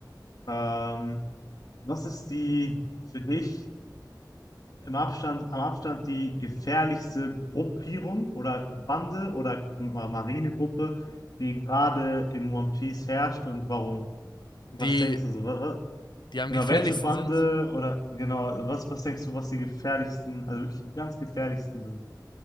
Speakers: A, on the left; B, on the left.
A: Ähm, was ist die für dich im Abstand, am Abstand die gefährlichste Gruppierung oder Bande oder Ma- Marinegruppe, die gerade in One Piece herrscht und warum?
B: Die,
A: Was denkst du so? Wa- wa-
B: die am
A: Genau,
B: gefährlichsten
A: welche Bande
B: sind.
A: oder genau, was, was denkst du, was die gefährlichsten, also wirklich die ganz gefährlichsten sind,